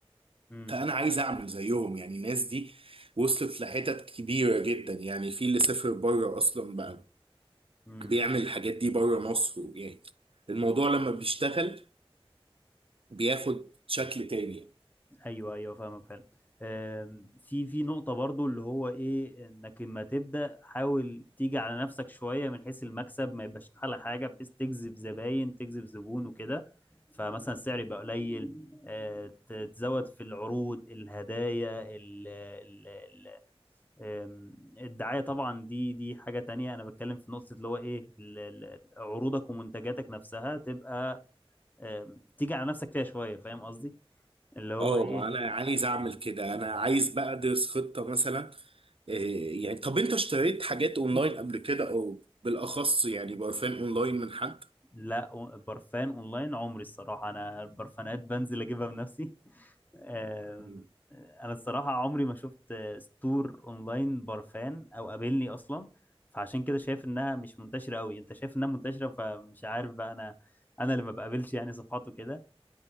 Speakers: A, on the left; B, on the right.
A: امم
B: فانا عايز اعمل زيهم يعني الناس دي وصلت لحتت كبيره جدا يعني في اللي سافر بره اصلا بقى
A: امم
B: بيعمل الحاجات دي بره مصر يعني الموضوع لما بيشتغل بياخد شكل تاني
A: ايوه ايوه فاهمك فعلا آم، في في نقطة برضو اللي هو ايه انك لما تبدأ حاول تيجي على نفسك شوية من حيث المكسب ما يبقاش على حاجة بحيث تجذب زباين تجذب زبون وكده فمثلا السعر يبقى قليل آه، ت- تزود في العروض الهدايا ال ال ال آم، الدعاية طبعا دي دي حاجة تانية انا بتكلم في نقطة اللي هو ايه ال- ال- عروضك ومنتجاتك نفسها تبقى آم، تيجي على نفسك فيها شويه فاهم قصدي اللي هو
B: اه
A: ايه
B: ما انا عايز اعمل كده انا عايز بقى ادرس خطه مثلا إيه يعني طب انت اشتريت حاجات اونلاين قبل كده او بالاخص يعني برفان اونلاين من حد
A: لا أو- برفان اونلاين عمري الصراحه انا البرفانات بنزل اجيبها بنفسي <laughs> آم،
B: مم.
A: انا الصراحه عمري ما شفت آه، ستور اونلاين برفان او قابلني اصلا فعشان كده شايف انها مش منتشره قوي انت شايف انها منتشره فمش عارف بقى انا انا اللي ما بقابلش يعني صفحاته كده